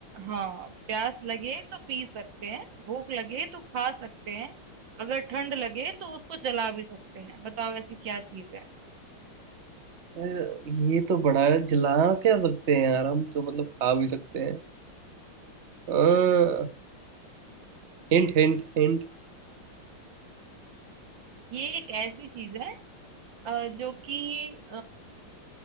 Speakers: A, on the right (about 60°); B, on the right (about 40°).
A: हाँ प्यास लगे तो पी सकते हैं भूख लगे तो खा सकते हैं अगर ठंड लगे तो उसको जला भी सकते हैं बताओ ऐसी क्या चीज है
B: यार ये तो बड़ा है, जला क्या सकते हैं यार हम तो मतलब खा भी सकते हैं आ, हिंट हिंट हिंट
A: ये एक ऐसी चीज है अ, जो कि